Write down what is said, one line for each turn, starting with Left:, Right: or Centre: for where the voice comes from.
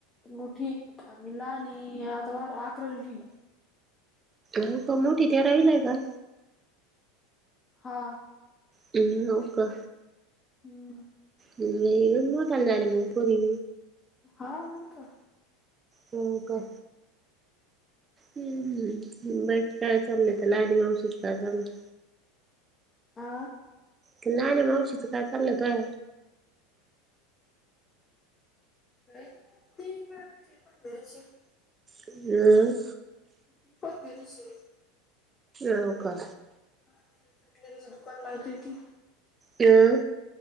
Left: मोठी अला आणि आता बार आकल गली
Right: हो का मोठी तेरावी ला का
Left: हा
Right: ह नोका.
Left: हम्म.
Right: हम् मोठल झाले मुग पुरवी
Left: हा न का.
Right: हो का. हम्मम बाईक काय चाललंय ते लाईन ववशीित का चाललं.
Left: आह.
Right: तर नाही ना मग अवशीच काय चाललं तया
Left: का नाही त का त पणंदची
Right: हम.
Left: वरचल
Right: अ का?
Left: का खटले तचं दुकान लावतेय ती
Right: अं.